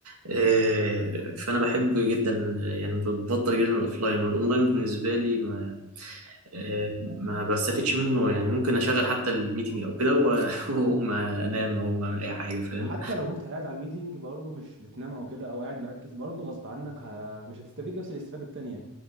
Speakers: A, on the right; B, on the right.
A: آه، فانا بحب جدا يعني بفضل جدا الاوفلاين والاونلاين بالنسبه لي ما آه، ما بستفدش منه يعني ممكن اشغل حتى الميتنج او كده و- <laughs> واقوم انام او اعمل اي حاجه فاهم
B: وحتى لو انت قاعد على الميتنج برضه مش بتنام او كده او قاعد مركز برضه غصب عنك ه- مش هتستفيد نفس الاستفاده التانيه